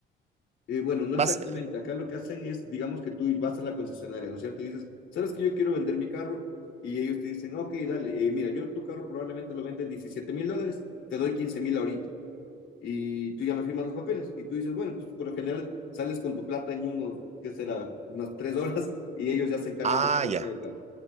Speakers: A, on the left; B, on the right.
A: Eh, bueno, no exactamente.
B: Bas-
A: Acá lo que hacen es, digamos que tú vas a la concesionaria, ¿no es cierto? Y dices, ¿sabes que yo quiero vender mi carro? Y ellos te dicen, "Ah, ok, dale, eh, mira, yo tu carro probablemente lo venden 17 mil dólares, te doy 15 mil ahorita. Y tú ya me firmas los papeles. Y tú dices, bueno, tú por lo general sales con tu plata en unos, ¿qué será? Unas tres horas <laughs> y ellos ya se encargan
B: Ah,
A: de la venta
B: ya.
A: del carro.